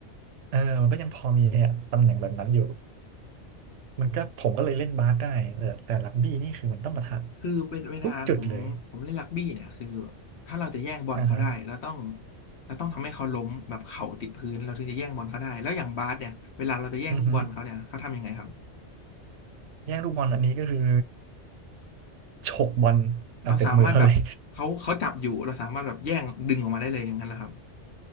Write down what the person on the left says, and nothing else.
คือเป็นเวลาผมผมเล่นรักบี้เนี่ยคือ
ถ้าเราจะแย่งบอลเขาได้เราต้อง
เราต้องทำให้เขาล้มแบบเข่าติดพื้นเราถึงจะแย่งบอลเขาได้แล้วอย่างบาสเนี่ยเวลาเราจะแย่งลูกบอลเขาเนี่ยเขาทำยังไงครับ
เราสามารถแบบเขาเขาจับอยู่เราสามารถแบบแย่งดึงออกมาได้เลยอย่างนั้นเหรอครับ